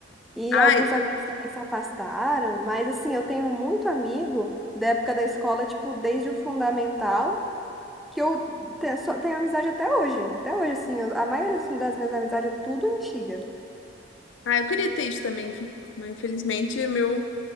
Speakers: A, in the centre; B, on the left.
A: E
B: Ai,
A: alguns amigos também se afastaram, mas assim, eu tenho muito amigo da época da escola, tipo, desde o fundamental, que eu te- só tenho amizade até hoje. Até hoje, assim, eu- a maioria dos- das minhas amizades é tudo antiga.
B: ai, eu queria ter isso também, mas infelizmente o meu.